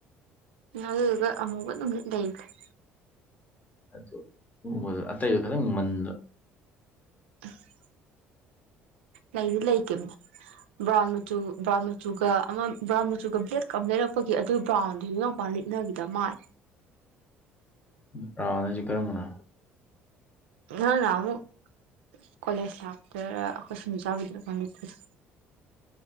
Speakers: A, on the right (about 80°); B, on the left (about 25°).
A: ꯑꯗꯨꯗꯨꯒ ꯑꯃꯨꯕ ꯑꯗꯨꯝ ꯂꯤꯠ ꯂꯩ <unintelligible>
B: ꯑꯗꯨ ꯑꯃꯨꯕꯗꯣ ꯑꯇꯩꯗꯣ ꯈꯇꯪ ꯃꯟꯕ
A: <unintelligible> ꯂꯩꯗꯤ ꯂꯩꯒꯤꯝꯅꯤꯗ ꯕ꯭ꯔꯥꯎꯟ ꯃꯆꯨ ꯕ꯭ꯔꯥꯎꯟ ꯃꯆꯨꯒ ꯑꯃ ꯕ꯭ꯔꯥꯎꯟ ꯃꯆꯨꯒ ꯕ꯭ꯂꯦꯛꯀ ꯑꯃ ꯂꯩꯔꯛꯄꯒꯤ ꯑꯗꯨ ꯕ꯭ꯔꯥꯎꯟꯗꯨ ꯅꯪ ꯄꯥꯛꯅ ꯂꯤꯠꯅꯒꯤꯗꯕ ꯃꯥꯜ
B: ꯕ꯭ꯔꯥꯎꯟ ꯍꯥꯏꯖꯦ ꯀꯔꯝꯕꯅꯣ
A: ꯅꯪ ꯅꯍꯥꯟꯃꯨꯛ ꯀꯣꯂꯦꯖ ꯂꯥꯛꯄꯗꯔꯥ ꯑꯈꯣꯏ ꯁꯤꯡꯖꯨ ꯆꯥꯕꯗꯨꯏꯔꯥ ꯀꯩꯅꯣ ꯂꯤꯠꯄꯗꯣ